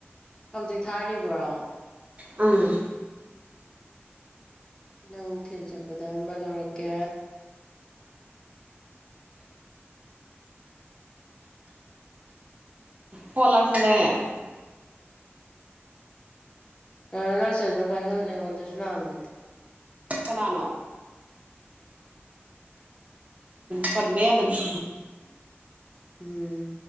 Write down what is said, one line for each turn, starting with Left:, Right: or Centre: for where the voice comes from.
Left: ꯍꯧꯖꯤꯛ ꯊꯥꯔꯤꯕ꯭ꯔꯣ
Right: ꯎꯝ
Left: ꯅꯪ ꯊꯤꯟ ꯆꯠꯄꯗ ꯑꯃ ꯂꯧꯔꯛꯀꯦ
Right: ꯐꯣꯟ ꯂꯛꯁꯤꯜꯂꯦ
Left: ꯑ ꯂꯥꯛꯆꯁꯤꯅꯨ ꯄꯥꯏꯈꯠꯂꯅꯦ ꯑꯩꯉꯣꯟꯗꯁꯨ ꯂꯥꯛꯑꯝꯕꯅꯤ
Right: ꯀꯅꯥꯅꯣ ꯄꯟꯕ ꯌꯥ ꯑꯗꯨꯕꯤ
Left: ꯎꯝ